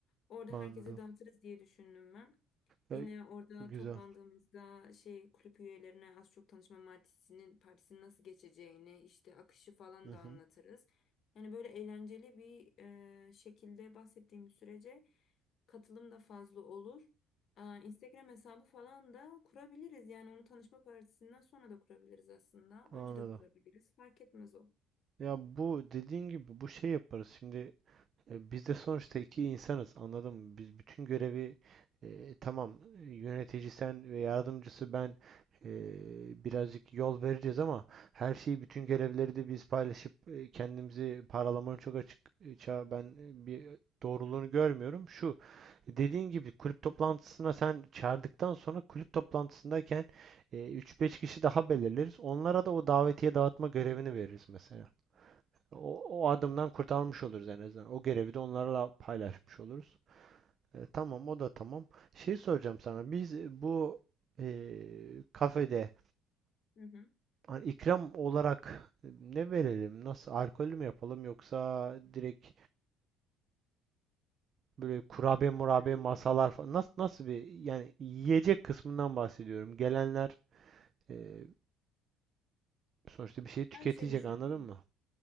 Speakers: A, on the left (about 45°); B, on the right (about 40°).
A: Orada
B: anladım.
A: herkese dağıtırız diye düşündüm ben.
B: Ya,
A: Yine orada
B: güzel.
A: toplandığımızda şey kulüp üyelerine az çok tanışma partisinin partisinin nasıl geçeceğini, işte akışı falan
B: Hı hı,
A: da anlatırız. Yani böyle eğlenceli bir eee, şekilde bahsettiğim sürece katılım da fazla olur. Aa, Instagram hesabı falan da kurabiliriz. Yani onu tanışma partisinden sonra da kurabiliriz aslında.
B: anladım.
A: Önce de kurabiliriz. Fark etmez o.
B: Ya bu dediğin gibi bu şey yaparız. Şimdi E, Biz de sonuçta iki insanız, anladın mı? Biz bütün görevi e, tamam e, yönetici sen ve yardımcısı ben e, birazcık yol vereceğiz ama her şeyi bütün görevleri de biz paylaşıp e, kendimizi paralamanın çok açık e, ben e, bir doğruluğunu görmüyorum. Şu dediğin gibi kulüp toplantısına sen çağırdıktan sonra kulüp toplantısındayken e, 3-5 kişi daha belirleriz. Onlara da o davetiye dağıtma görevini veririz mesela. O, o adımdan kurtarmış oluruz en azından. O görevi de onlarla paylaşmış oluruz. E, tamam o da tamam. Şey soracağım sana. Biz e, bu e, kafede
A: Hı hı.
B: hani ikram olarak e, ne verelim? Nasıl alkollü mü yapalım yoksa direkt böyle kurabiye murabiye
A: Ben,
B: masalar falan nasıl nasıl bir yani yiyecek kısmından bahsediyorum. Gelenler e, sonuçta bir şey tüketecek
A: ben şey düşündüm.
B: anladın mı?